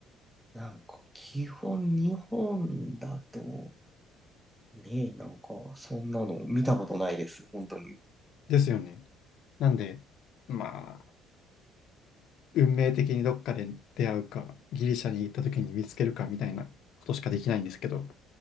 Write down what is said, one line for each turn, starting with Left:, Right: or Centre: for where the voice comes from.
Centre: なんか、基本日本だと、ねえ、なんか、そんなの見たことないです、本当に。
Left: ですよね。なんで、まあ、運命的にどっかで出会うか、ギリシャに行った時に見つけるかみたいなことしかできないんですけど、